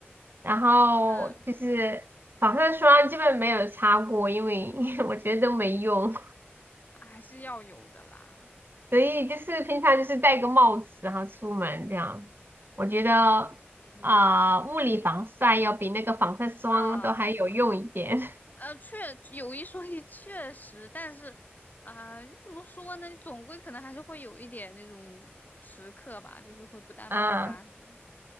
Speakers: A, on the right; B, on the left.
A: 然后就是防晒霜基本没有擦过，
B: 嗯，
A: 因为 <laughs> 我觉得都没用，
B: 还是要有的啦。
A: 所以就是平常就是戴个帽子，然后出门这样。我觉得啊、
B: 嗯
A: 物理防晒要比那个防晒霜都还有用一点
B: 啊。呃，确有一说一，确实，但是啊、你怎么说呢？你总归可能还是会有一点那种时刻吧，就是会不戴帽子啊什么的，
A: <laughs> 啊。